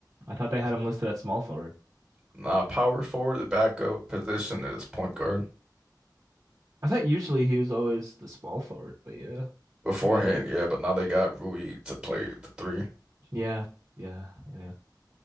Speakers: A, on the right; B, on the right.
A: I thought they had him listed at small forward.
B: Nah, power forward, the backup position is point guard.
A: I thought usually he was always the small forward, but yeah,
B: Beforehand,
A: I got that.
B: yeah, but now they got Rui to play the three.
A: Yeah, yeah, yeah.